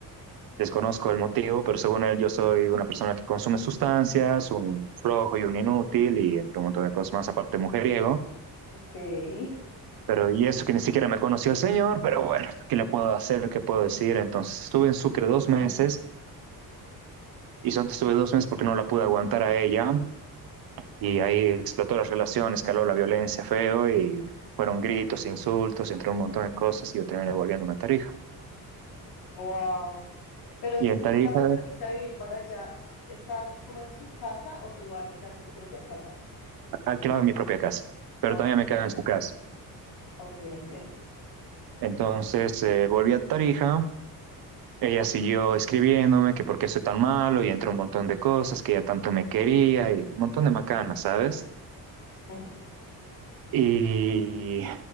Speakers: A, on the right; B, on the left.
A: Desconozco el motivo, pero según él yo soy una persona que consume sustancias, un flojo y un inútil y entre un montón de cosas más, aparte mujeriego.
B: ok.
A: Pero y eso que ni siquiera me conoció el señor, pero bueno, ¿qué le puedo hacer? ¿Qué puedo decir? Entonces estuve en Sucre dos
B: Eso.
A: meses y solamente estuve dos meses porque no la pude aguantar a ella y ahí explotó la relación, escaló la violencia feo y fueron gritos, insultos, entre un montón de cosas y yo terminé volviendo a Tarija.
B: Wow. Pero,
A: Y
B: ¿y
A: en
B: tú
A: Tarija
B: cuando te fuiste a vivir para allá, estás como en su casa o tú alquilaste tu propia casa?
A: alquilaba mi propia casa, pero
B: Ok,
A: también
B: ok,
A: me quedaba en su casa.
B: ok, entiende.
A: Entonces eh, volví a Tarija, ella siguió escribiéndome que por qué soy tan malo y entró un montón de cosas, que ella tanto me quería y un montón de macanas, ¿sabes?
B: Sí.
A: Y